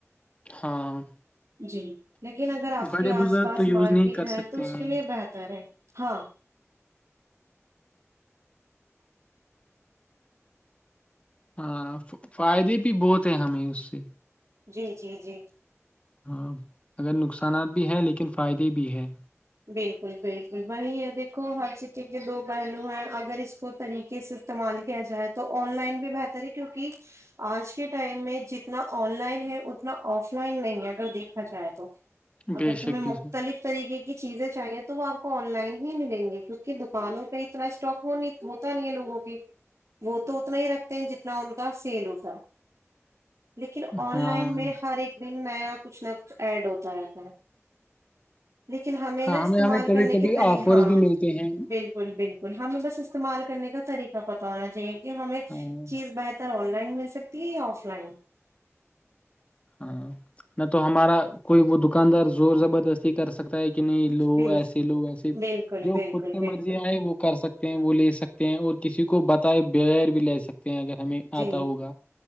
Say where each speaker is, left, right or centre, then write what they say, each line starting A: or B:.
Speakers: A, on the left (about 25°); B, on the right (about 80°).
A: ہاں
B: جی لیکن اگر آپ
A: بڑے
B: کے آس
A: بزرگ
B: پاس
A: تو یوز
B: مارکیٹ
A: نہیں کر
B: ہے
A: سکتے
B: تو
A: ہیں
B: اس کے لیے بہتر ہے ہاں
A: ہاں فائدے بھی بہت ہیں ہمیں اس سے
B: جی جی جی
A: ہاں اگر نقصانات بھی ہیں لیکن فائدے بھی ہیں
B: بالکل بالکل وہی ہے دیکھو ہر سکے کے دو پہلو ہیں اگر اس کو طریقے سے استعمال کیا جائے تو آن لائن بھی بہتر ہے کیونکہ آج کے ٹائم میں جتنا آن لائن ہے اتنا آف لائن نہیں ہے اگر دیکھا جائے تو اگر
A: بے شک
B: تمہیں مختلف
A: بے شک
B: طریقے کی کی چیزیں چاہیے تو وہ آپ کو آن لائن ہی ملیں گی کیونکہ دکانوں پہ اتنا اسٹاک ہوتا نہیں ہے لوگوں کی وہ تو اتنا ہی رکھتے ہیں جتنا ان کا سیل ہوتا لیکن آن
A: ہاں
B: لائن میں ہر ایک دن نیا کچھ نہ کچھ ایڈ ہوتا رہتا ہے لیکن ہمیں
A: ہاں
B: نا استعمال
A: ہمیں کبھی
B: کرنے
A: کبھی
B: کے طریق
A: آفرز
B: ہاں
A: بھی ملتے ہیں
B: بالکل بالکل ہمیں بس استعمال کرنے کا طریقہ پتہ ہونا چاہیے کہ ہمیں
A: ہاں
B: چیز بہتر ہو ان لائن مل سکتی ہے یا اف لائن
A: ہاں نہ تو ہمارا کوئی وہ دکاندار زور زبردستی کر سکتا ہے کہ کتنے لو
B: بل
A: ایسے لو ایسے
B: بالکل
A: جو
B: بالکل
A: خود پ
B: بالکل
A: مرضی آئے وہ کر سکتے وہ لے سکتے ہیں اور کسی کو بتائے بغیر بھی لے سکتے ہیں اگر ہمیں
B: جی
A: آتا ہوگا